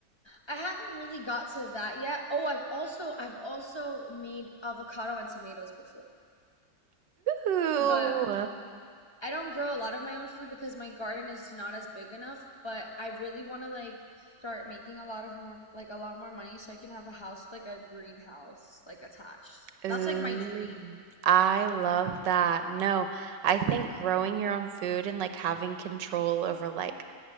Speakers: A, on the left; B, on the right.
A: I haven't really got to that yet. Oh, I've also I've also made avocado and tomatoes before.
B: Ooh,
A: But I don't grow a lot of my own food because my garden is not as big enough, but I really want to like start making a lot of more like a lot more money so I can have a house with, like a greenhouse like attached.
B: ooh,
A: That's like my dream.
B: I love that. No, I think growing your own food and like having control over like